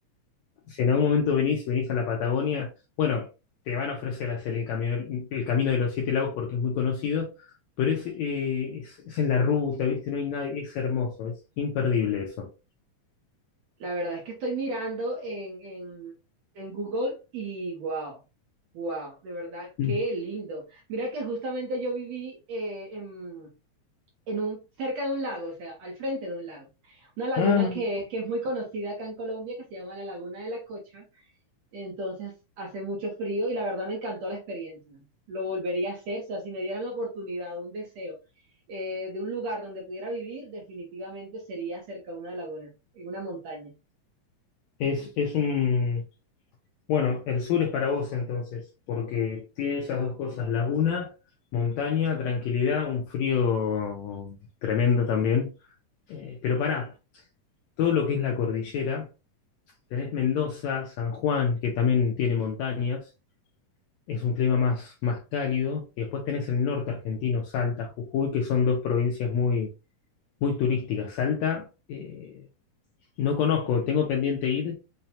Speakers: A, on the left (about 80°); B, on the right (about 65°).
A: si en algún momento venís, venís a la Patagonia, bueno, te van a ofrecer hacer el camino, el camino de los Siete Lagos porque es muy conocido, pero es, eh, es, es en la ruta, ¿viste? No hay nadie, es hermoso, es imperdible eso.
B: La verdad es que estoy mirando en, en, en Google y wow, wow, de verdad,
A: Mm.
B: qué lindo. Mira que justamente yo viví eh, en, en un, cerca de un lago, o sea, al frente de un lago. Una laguna
A: Ah,
B: que, que es muy conocida acá en Colombia, que se llama la Laguna de la Cocha. Entonces hace mucho frío y la verdad me encantó la experiencia. Lo volvería a hacer, o sea, si me dieran la oportunidad, un deseo eh, de un lugar donde pudiera vivir, definitivamente sería cerca de una laguna, en una montaña.
A: es, es un... Bueno, el sur es para vos entonces, porque tiene esas dos cosas, laguna, montaña, tranquilidad, un frío tremendo también. Eh, pero pará, todo lo que es la cordillera Tenés Mendoza, San Juan, que también tiene montañas, es un clima más, más cálido. Y después tenés el norte argentino, Salta, Jujuy, que son dos provincias muy, muy turísticas. Salta, eh, no conozco, tengo pendiente ir,